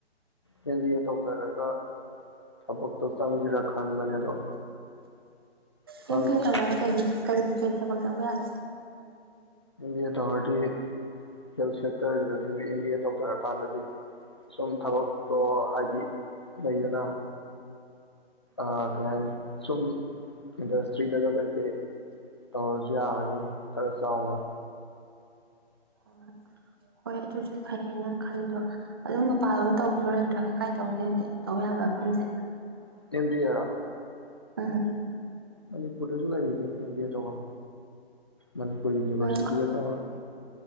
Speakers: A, on the left; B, on the right.
A: M B ꯌꯦ ꯇꯧꯊꯔꯒꯦ ꯊꯕꯛꯇꯣ ꯆꯪꯒꯦꯔꯥ ꯈꯟꯕꯅꯦ ꯑꯗꯣ ꯈꯪꯗ꯭ꯔꯤ
B: ꯑꯦꯝ ꯕꯤ ꯑꯦ ꯇꯧꯔꯒ ꯀꯩ ꯀꯔꯤ ꯀꯩ ꯊꯕꯛ ꯆꯪꯕ ꯌꯥꯒꯦ
A: ꯑꯦꯝ ꯕꯤ ꯌꯦ ꯇꯧꯔꯗꯤ ꯍꯦꯜ ꯁꯛꯇꯔꯒ ꯅꯪꯁꯨ ꯑꯦꯝ ꯕꯤ ꯌꯦ ꯇꯧꯊꯔꯣ ꯇꯥꯟꯗꯗꯤ ꯁꯨꯝ ꯊꯕꯛꯇꯣ ꯍꯥꯏꯗꯤ ꯂꯩꯗꯅ ꯑꯥ ꯀꯩ ꯍꯥꯏꯅꯦ ꯁꯨꯝ ꯏꯟꯗꯁꯇ꯭ꯔꯤꯗꯒ ꯀꯩ ꯀꯩ ꯇꯧꯔꯁꯨ ꯌꯥꯔꯅꯤ ꯈꯔ ꯆꯥꯎꯅ
B: ꯑꯣ ꯍꯣꯏ ꯑꯗꯨꯁꯨ ꯐꯩꯌꯦ ꯅꯪ ꯈꯜꯂꯤꯗꯣ ꯑꯗꯨꯝ ꯃꯄꯥꯟꯂꯣꯝ ꯇꯧꯗꯣꯏꯔ ꯅꯠꯇ꯭ꯔꯒ ꯀꯥꯏ ꯇꯧꯅꯤ ꯑꯗꯨꯗꯤ ꯇꯧ ꯌꯥꯕ ꯃꯐꯝꯁꯦ
A: <unintelligible>
B: ꯎꯡ
A: ꯃꯅꯤꯄꯨꯔꯗꯁꯨ ꯂꯩꯗ ꯑꯦꯝ ꯗꯤ ꯌꯦ ꯇꯧꯕꯝ ꯃꯅꯤꯄꯨꯔ ꯌꯨꯅꯤꯚꯔꯁꯤꯇꯤꯗ
B: ꯎꯝ
A: ꯇꯧꯔꯣ